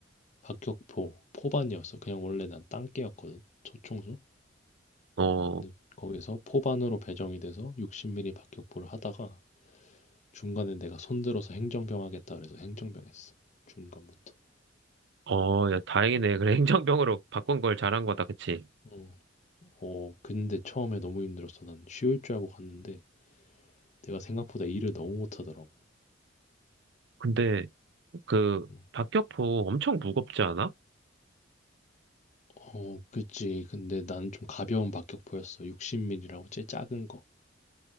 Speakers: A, on the left; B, on the right.
A: 박격포 포반이었어. 그냥 원래 난 땅개였거든. 초청소.
B: 어,
A: 근데 거기서 포반으로 배정이 돼서 60mm 박격포를 하다가 중간에 내가 손들어서 행정병 하겠다 그래서 행정병 했어. 중간부터.
B: 어, 야, 다행이네. 그래, <laughs> 행정병으로 바꾼 걸 잘한 거다, 그치?
A: 어, 어, 근데 처음에 너무 힘들었어. 난 쉬울 줄 알고 갔는데 내가 생각보다 일을 너무 못하더라고.
B: 근데 그
A: 어,
B: 박격포 엄청 무겁지 않아?
A: 어, 그치. 근데 난 좀 가벼운 박격포였어. 60mm라고 제일 작은 거.